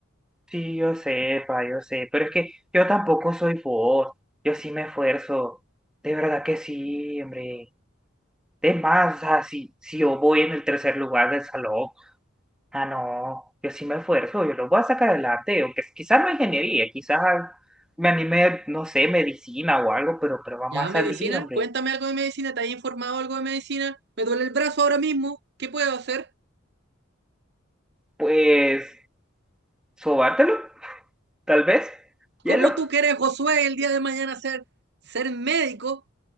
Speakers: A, in the centre; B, on the right.
A: Sí, yo sé, pa, yo sé, pero es que yo tampoco soy vos, yo sí me esfuerzo, de verdad que sí, hombre. Es más, o sea, si, si yo voy en el tercer lugar del salón, ah, no, yo sí me esfuerzo, yo lo voy a sacar adelante, o que quizás no ingeniería, quizás me anime, no sé, medicina o algo, pero, pero vamos
B: Ya,
A: a salir,
B: medicina,
A: hombre.
B: cuéntame algo de medicina, ¿te has informado algo de medicina? Me duele el brazo ahora mismo, ¿qué puedo hacer?
A: Pues, sobártelo, tal vez, hielo.
B: ¿Cómo tú quieres, Josué, el día de mañana ser, ser médico